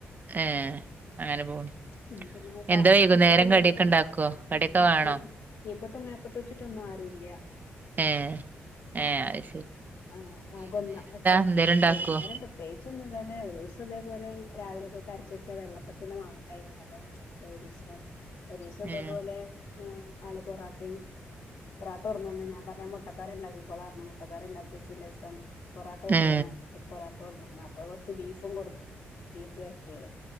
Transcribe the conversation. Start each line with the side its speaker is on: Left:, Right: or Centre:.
Right: ഏ അങ്ങനെ പോണ്
Left: ഉം പിന്നെങ്ങ് താഴത്തും
Right: എന്താ വൈകുന്നേരം
Left: കിപ്പട്ടും മേപ്പട്ടും
Right: കടിയൊക്കെ
Left: ഒന്ന്
Right: ഉണ്ടാക്കുവോ കടിയൊക്കെ
Left: ഉം ഉം
Right: വേണോ
Left: കിപ് കിപ് കീപ്പട്ടും മേപ്പട്ട് വച്ചിട്ടൊന്നും ആരൂല്ല
Right: എഹ് ഏഹ് അയ്
Left: ആ ആകൊന്ന ഒറ്റയാള
Right: എന്തേലും ഉണ്ടാക്കുവോ
Left: വൈകുന്നേരം പ്രത്യേയ് ച്ച് ഒന്നുലോലേ ഒരുസം ഇതേപോലെ രാവിലെക്കൊക്കെ അരച്ചെച്ച വെള്ളപ്പത്തിൻ്റെ മാവുണ്ടായിരുന്നു അതും <unintelligible> <unintelligible> ഒരിസം ഇതേപോലെ
Right: ഏ
Left: എ് ആള് പൊറാട്ടേയും പൊറാട്ട കൊടന്നന്ന് ഞാൻ പറഞ്ഞ് ഞാൻ മുട്ടക്കറിണ്ടാക്കിക്കോളാറഞ്ഞ് മുട്ടക്കറി ഇണ്ടാക്കിസം സിലസം പൊറോട്ട കൊണ്ടരണപ്പ
Right: ഏ
Left: പോറാ ട്ട കൊടന്നന്ന് അപ്പൊ കൊറച്ച് ബീഫും കൊടന്നന്നേന്നു ബീഫ് വരട്ടിയത്